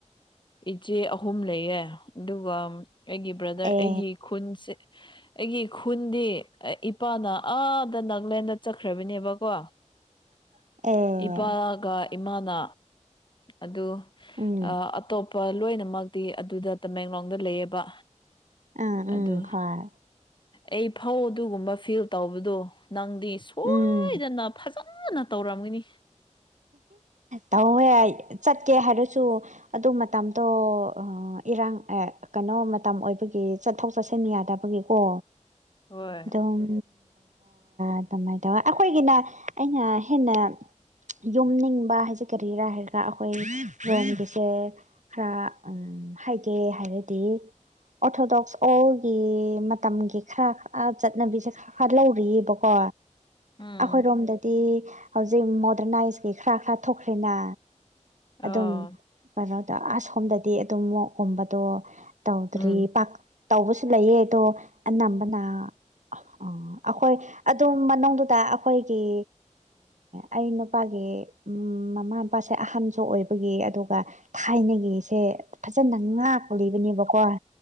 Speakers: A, on the left (about 40°); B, on the right (about 70°).
A: ꯏꯆꯦ ꯑꯍꯨꯝ ꯂꯩꯌꯦ ꯑꯗꯨꯒ꯫ ꯑꯩꯒꯤ ꯕ꯭ꯔꯗꯔ
B: ꯑꯦ
A: ꯑꯩꯒꯤ ꯈꯨꯟꯁꯦ ꯑꯩꯒꯤ ꯈꯨꯟꯗꯤ ꯏꯄꯥꯅ ꯑꯥꯗ ꯅꯥꯒꯂꯦꯟꯗ ꯆꯠꯈ꯭ꯔꯕꯅꯦꯕꯀꯣ
B: <inaudible> ꯑꯦ
A: ꯏꯄꯥꯒ ꯏꯃꯥꯅ ꯑꯗꯨ
B: ꯎꯝ
A: ꯑꯇꯣꯞꯄ ꯂꯣꯏꯅꯃꯛꯇꯤ ꯑꯗꯨꯗ ꯇꯃꯦꯡꯂꯣꯡꯗ ꯂꯩꯌꯦꯕ꯫
B: ꯑꯥ ꯎꯝ
A: ꯑꯗꯨ
B: ꯍꯣꯏ
A: ꯑꯩ ꯐꯧ ꯑꯗꯨꯒꯨꯝꯕ ꯐꯤꯜ ꯇꯧꯕꯗꯣ ꯅꯪ꯫ ꯗꯤ ꯁꯣꯏꯗꯅ
B: ꯎꯝ
A: ꯐꯖꯅ ꯇꯧꯔꯝꯒꯅꯤ꯫
B: ꯇꯧꯋꯦ ꯆꯠꯀꯦ ꯍꯥꯏꯔꯁꯨ ꯑꯗꯨ ꯃꯇꯝꯗꯣ ꯏꯔꯥꯡ ꯑꯦ ꯀꯩꯅꯣ ꯃꯇꯝ ꯑꯣꯏꯕꯒꯤ ꯆꯠꯊꯣꯛ ꯆꯠꯁꯤꯟ ꯌꯥꯗꯕꯒꯤꯀꯣ
A: ꯍꯣꯏ
B: ꯗꯣ ꯎꯝ꯫ ꯑꯗꯨꯃꯥꯏꯅ ꯇꯧ ꯑꯩꯈꯣꯏꯒꯤꯅ ꯑꯩꯅ ꯍꯦꯟꯅ ꯌꯨꯝꯅꯤꯡꯕ ꯍꯥꯏꯁꯦ ꯀꯔꯤꯔꯥ ꯍꯥꯏꯔꯒ ꯑꯩꯈꯣꯏ ꯔꯣꯝꯒꯤꯁꯦ ꯈꯔ ꯍꯥꯏꯒꯦ ꯍꯥꯏꯔꯗꯤ꯫ ꯑꯣꯔꯊꯣꯗꯣꯛꯁ ꯑꯣꯜꯒꯤ ꯃꯇꯝꯒꯤ ꯈꯔ ꯈꯔ ꯆꯠꯅꯕꯤꯁꯦ ꯈꯔ ꯥ ꯂꯧꯔꯤꯑꯕꯀꯣ
A: ꯎꯝ
B: ꯑꯩꯈꯣꯏꯔꯣꯝꯗꯗꯤ ꯍꯧꯖꯤꯛ ꯃꯣꯗꯔꯅꯥꯏꯁꯀꯤꯩ ꯈꯔ ꯈꯔ ꯊꯣꯛꯈ꯭ꯔꯦꯅ ꯑꯗꯨꯝ
A: ꯑꯣ
B: ꯀꯩꯅꯣꯗ ꯑꯁꯣꯝꯗꯗꯤ ꯑꯗꯨꯝ ꯃꯣꯛꯀꯨꯝꯕꯗꯣ꯫ ꯇꯧꯗ꯭ꯔꯤ
A: ꯎꯝ
B: ꯄꯥꯛ ꯇꯧꯕꯁꯨ ꯂꯩꯌꯦ ꯑꯗꯣ ꯑꯅꯝꯕꯅ꯫ ꯑꯣ ꯑꯩꯈꯣꯏ ꯑꯗꯨꯝ ꯃꯅꯨꯡꯗꯨꯗ ꯑꯩꯈꯣꯏꯒꯤ ꯑꯩ ꯅꯨ꯫ ꯃꯄꯥꯒꯤ ꯃꯃꯥ ꯃꯄꯥꯁꯦ ꯑꯍꯟꯁꯨ ꯑꯣꯏꯕꯒꯤ ꯑꯗꯨꯒ꯫ ꯊꯥꯏꯅꯒꯤꯁꯦ ꯐꯖꯅ ꯉꯥꯛꯀꯨ ꯂꯩꯕꯅꯦꯕꯀꯣ